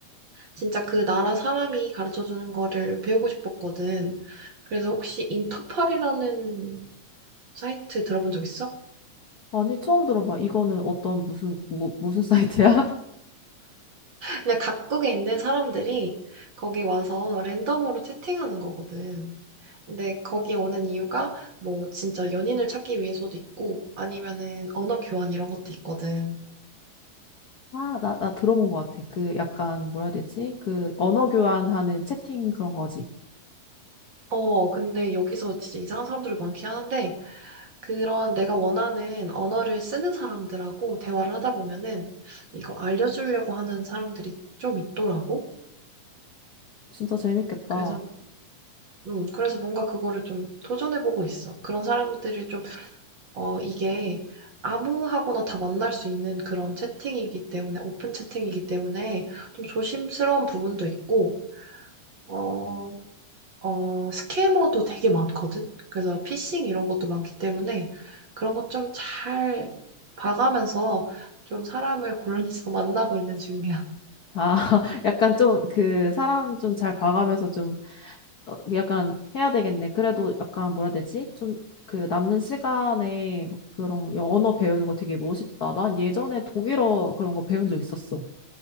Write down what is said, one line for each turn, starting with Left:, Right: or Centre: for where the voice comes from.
Right: 진짜 그 나라 사람이 가르쳐주는 거를 배우고 싶었거든. 그래서 혹시 인터팔이라는 사이트 들어본 적 있어?
Left: 아니, 처음 들어봐. 이거는 어떤 무슨, 뭐, 무슨 사이트야? <laughs>
Right: 그냥 각국에 있는 사람들이 거기 와서 랜덤으로 채팅하는 거거든. 근데 거기 오는 이유가 뭐 진짜 연인을 찾기 위해서도 있고 아니면은 언어 교환 이런 것도 있거든.
Left: 아, 나, 나 들어본 것 같아. 그 약간, 뭐라 해야 되지? 그 언어 교환하는 채팅 그런 거지.
Right: 어, 근데 여기서 진짜 이상한 사람들이 많긴 하는데, 그런 내가 원하는 언어를 쓰는 사람들하고 대화를 하다 보면은, 이거 알려주려고 하는 사람들이 좀 있더라고.
Left: 진짜 재밌겠다.
Right: 그래서, 음, 그래서 뭔가 그거를 좀 도전해보고 있어. 그런 사람들을 좀, 어, 이게 아무하고나 다 만날 수 있는 그런 채팅이기 때문에, 오픈 채팅이기 때문에, 좀 조심스러운 부분도 있고, 어, 어, 스캐머도 되게 많거든? 그래서 피싱 이런 것도 많기 때문에 그런 것 좀 잘 봐가면서 좀 사람을 골라서 <laughs> 만나고 있는 중이야.
Left: 아, <laughs> 약간 좀 그 사람 좀 잘 봐가면서 좀 어, 약간 해야 되겠네. 그래도 약간 뭐라 해야 되지? 좀 그 남는 시간에 막 그런 언어 배우는 거 되게 멋있다. 난 예전에 독일어 그런 거 배운 적 있었어.